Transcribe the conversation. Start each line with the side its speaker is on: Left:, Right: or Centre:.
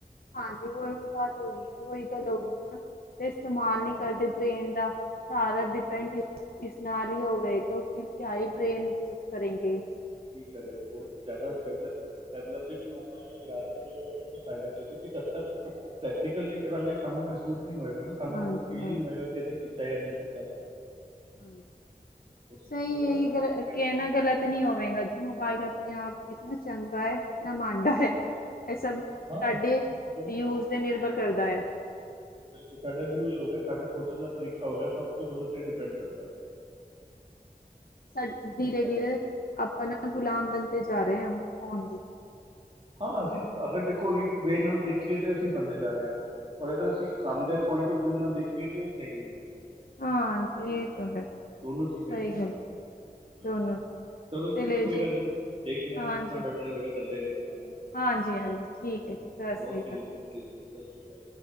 Left: ਹਾਂਜੀ ਉਹੀ ਵੀ ਬਾਤ ਹੋ ਗਈ ਨਾ ਉਹੀ ਗੱਲ ਹੋ ਗਈ ਨਾ ਤੇ ਇਸਤੇਮਾਲ
Right: ਹਾਂ
Left: ਨਹੀਂ ਕਰਦੇ ਬ੍ਰੇਨ ਦਾ ਸਾਰਾ ਡਿਪੈਂਡ ਇਸ ਨਾਲ ਹੀ ਹੋ। ਨਹੀਂ ਫਿਰ ਕ ਆਈ ਬ੍ਰੇਨ ਯੂਸ ਕਰੇਗੇ।
Right: ਕੀ ਕਰੇਗਾ ਉਹ ਜ਼ਿਆਦਾ ਡਵਲਪ ਡੈਵਲਪ ਹੀ ਨਹੀਂ ਹੋ ਪਾਏਗਾ ਯਾਰ ਰਹੇ ਉਹਨੂੰ ਤਾਂ ਫਾਇਦਾ ਕੀ ਤੁਸੀਂ ਜਦ ਤੱਕ ਪ੍ਰੈਕਟੀਕਲ ਨਹੀਂ ਕਰਾਂਗੇ ਸਾਨੂੰ ਮਹਿਸੂਸ ਨਹੀਂ ਹੋਏਗਾ ਨਾ ਸਾਨੂੰ
Left: ਹਾਂਜੀ
Right: ਅੰਦਰ ਫੀਲ
Left: ਹਾਂਜੀ
Right: ਨ ਹੋਏਗਾ ਕਿ ਅਸੀਂ ਕੀਤਾ ਜਾਂ ਨਹੀਂ <inaudible>
Left: <inaudible>
Right: ਉਸ
Left: ਸਹੀ
Right: ਚੀਜ਼ ਦਾ ਬੜਾ
Left: ਇਹੀ ਗ
Right: ਫਰਕ
Left: ਕਹਿਣਾ
Right: ਹੈ
Left: ਗ਼ਲਤ ਨੀ ਹੋਵੇਗਾ ਜੀ
Right: ਬਟ
Left: ਮੋਬਾਇਲ ਆਪਣੇ ਆਪ ਵਿੱਚ ਨਾ ਚੰਗਾ ਹੈ ਨਾ ਮਨ ਹੈ ਇਹ
Right: ਹਾਂ
Left: ਸਭ ਸਾਡੇ
Right: ਹਾਂ ਦੋਨੋਂ
Left: ਯੂਜ
Right: ਚੀਜ਼ਾਂ
Left: ਤੇ ਨਿਰਭਰ ਕਰਦਾ ਹੈ
Right: ਬਿਲਕੁਲ ਸਾਡੇ ਵਿਊਜ਼ ਹੋ ਗਿਆ ਸਾਡੇ ਸੋਚਣ ਦਾ ਤਰੀਕਾ ਹੋ ਗਿਆ ਸਭ ਕੁੱਝ ਉਹਦੇ ਤੇ <inaudible>
Left: ਸਾ ਧੀਰੇ
Right: ਠੀਕ ਕਹਿ
Left: ਧੀਰੇ
Right: ਰਹੇ ਹੋ
Left: ਆਪਾਂ ਨਾ ਗੁਲਾਮ ਬ ਜਾ ਰਹੇ ਆ ਫੋਨ ਦੀ
Right: ਹਾਂ ਅਸੀਂ ਅਗਰ ਦੇਖੋ ਜੀ ਵੇ ਨਾਲ ਦੇਖੀਏ ਤੇ ਅਸੀਂ ਬੰਦੇ ਜਾ ਰ ਅਗਰ ਅਸੀਂ ਕੰਮ ਦੇ ਪੁਆਇੰਟ ਫ ਵਿਊ ਨਾਲ ਦੇਖੀਏ ਤੇ ਉਹ ਸਹੀ ਵੀ ਹੈ
Left: ਹਾਂਜੀ
Right: ਹਨਾ
Left: ਇਹ ਤਾਂ ਹੈ
Right: ਦੋਨੋ ਚੀਜ਼ਾਂ
Left: ਸਹੀ
Right: ਹੈਗੀਆਂ
Left: ਗੱਲ ਜੀ
Right: ਹਾਂਜੀ
Left: ਦੋਨੋ ਚੀਜ਼
Right: ਚਲੋ
Left: ਚਲੇ
Right: ਜੀ ਕੋਈ ਗੱਲ ਨਹੀਂੀ ਦੇਖ ਲ ਹਾਂ
Left: ਹਾਂਜੀ
Right: ਜਿਸ ਤਰ੍ਹਾਂ ਬੈਟਰ ਹੋਵੇਗਾ ਚੱਲੇਗਾ ਹਾਂਜੀ
Left: ਹਾਂਜੀ ਹਾਂਜੀ ਠੀਕ ਹੈ ਜੀ ਸਤਿ ਸ੍ਰੀ
Right: ਓਕੇ
Left: ਅਕਾਲ ਜੀ
Right: ਥੈਂਕ ਯੂ ਸਤਿ ਸ੍ਰੀ ਅਕਾਲ